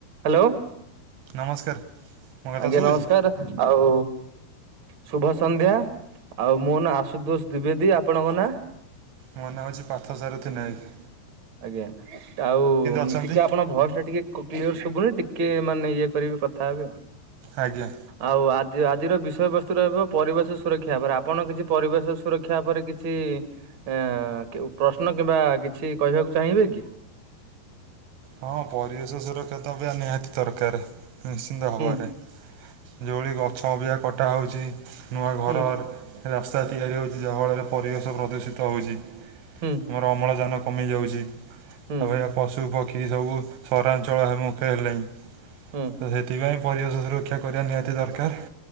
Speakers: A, on the right (about 50°); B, on the right (about 80°).
A: ହ୍ୟାଲୋ।
B: ନମସ୍କାର। ମୋ କଥା
A: ଆଜ୍ଞା
B: ଶୁଭୁଛି
A: ନମସ୍କାର ଆଉ ଶୁଭ ସନ୍ଧ୍ୟା। ଆଉ ମୋ ନାଁ ଆଶୁଦୋଷ ଦ୍ୱିବେଦୀ ଆପଣଙ୍କ ନାଁ?
B: ମୋ ନାଁ ହେଉଛି ପାର୍ଥ ସାରଥି ନାୟକ୍।
A: ଆଜ୍ଞା ଆଉ
B: ଅଛନ୍ତି?
A: ଟିକେ ଆପଣ ଭଏସ୍‌ ଟା ଟିକେ କ କ୍ଲିୟର ସବୁନି ଟିକେ ମାନେ ଇଏ କରିବେ କଥା ହେବେ ଆଉ।
B: ଆଜ୍ଞା।
A: ଆଉ ଆଜି ଆଜିର ବିଷୟବସ୍ତୁ ରହିବ ପରିବେଶ ସୁରକ୍ଷାବରେ ଆପଣ କିଛି ପରିବେଶ ସୁରକ୍ଷା ଶିକ୍ଷା ଉପରେ କିଛି ପ୍ରଶ୍ନ କିମ୍ବା କିଛି କହିବାକୁ ଚାହିଁବେ କି?
B: ହଁ ପରିବେଶ ସୁରକ୍ଷା ତ ଏ ବି ନିହାତି ଦରକାର ନିଶ୍ଚିନ୍ତ ଭବାରେ।
A: ହୁଁ
B: ଯେଉଁଭଳି ଗଛ ଅବା କଟା ହେଉଛି ନୂଆ ଘରର
A: ହୁଁ
B: ରାସ୍ତା ତିଆରି ହଉଛି ଯାହାଫଳରେ ପରିବେଶ ପ୍ରଦୂଷିତ ହଉଛି
A: ହୁଁ
B: ଆମର ଅମ୍ଳଜାନ କମି ଯାଉଛି
A: ହୁଁ
B: ତାପରେ ପଶୁପକ୍ଷୀ ସବୁ ସହରାଞ୍ଚଳମୁଖେ ହେଲେଣି।
A: ହୁଁ।
B: ତ ସେଥିପାଇଁ ପରିବେଶ ସୁରକ୍ଷା କରିବା ନିହାତି ଦରକାର।